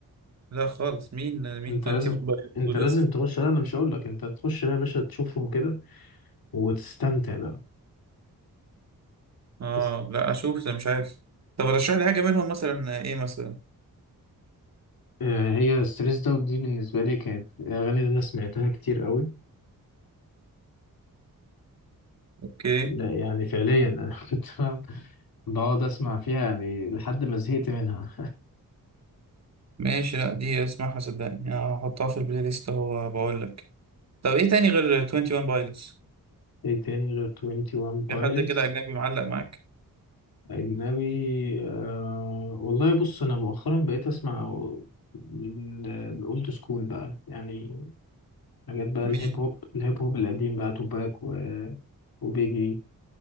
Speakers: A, on the right; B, on the left.
A: لا خالص مين مين
B: انت
A: 20
B: لازم
A: هم بقى
B: انت
A: دول
B: لازم
A: يا اسطى
B: تخش لا انا مش هقول لك انت تخش بقى يا باشا تشوفهم كده وتستمتع بقى
A: اه
B: تست...
A: لا اشوف ده مش عارف طب رشح لي حاجه منهم مثلا ايه مثلا
B: آه، هي ستريس داوت دي بالنسبه لي كانت اغاني اللي انا سمعتها كتير قوي
A: اوكي
B: لا يعني فعليا انا <laughs> كنت بقعد اسمع فيها يعني لحد ما زهقت منها
A: ماشي لا دي اسمعها صدقني هحطها في البلاي ليست هو بقول لك طب ايه تاني غير 21 بايلوتس
B: <laughs> ايه تاني غير 21 بايلوتس
A: في حد كده أجنبي معلق معاك
B: اجنبي آه... والله بص انا مؤخرا بقيت اسمع الاولد سكول بقى يعني حاجات بقى
A: مين
B: الهيب هوب الهيب هوب القديم بقى توباك و... وبيجي